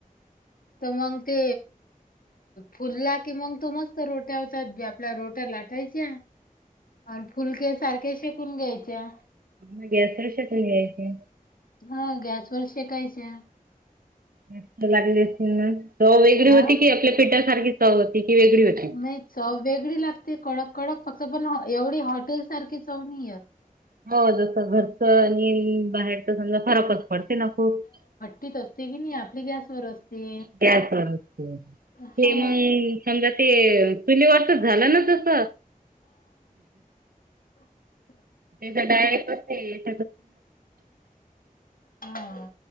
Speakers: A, on the right (about 85°); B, on the left (about 75°).
A: <unintelligible>
B: त मंग ते फुलला कि मंग तो मस्त रोट्या होतात आपल्या रोट्या लाटायच्या आणि फुलक्या सारख्या शेकून घ्यायच्या.
A: म गॅस वर शेकून घ्यायच्या.
B: हा गॅसवर शेकायच्या.
A: मस्त लागली असतील ना हो वेगळी
B: हा
A: होती कि आपल्या पीठ सारखी चव होती ती वेगळी होती.
B: नाही चव वेगळी लागते कडक कडक फक्त पण एवढी हॉटेल सारखी चव नाययत.
A: हो जस घरचं आणि बाहेरच समजा फरकच पडते ना खूप.
B: लीत असते की नय आपली गॅस वर असते.
A: <unintelligible>
B: हा
A: ते चुलीवार तर झालं ना तस.
B: रिकामा ऑडिओ
A: ते तर डायरेक्ट
B: हा